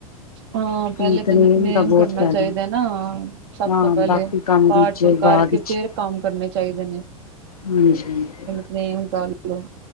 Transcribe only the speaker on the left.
ਨਿਤਨੇਮ
ਦਾ ਬਹੁਤ
ਫਾਇਦਾ
ਹਾਂ
ਬਾਕੀ ਕੰਮ
ਦੂਜੇ
ਬਾਅਦ ਵਿੱਚ
ਹਾਂਜੀ- ਹਾਂਜੀ।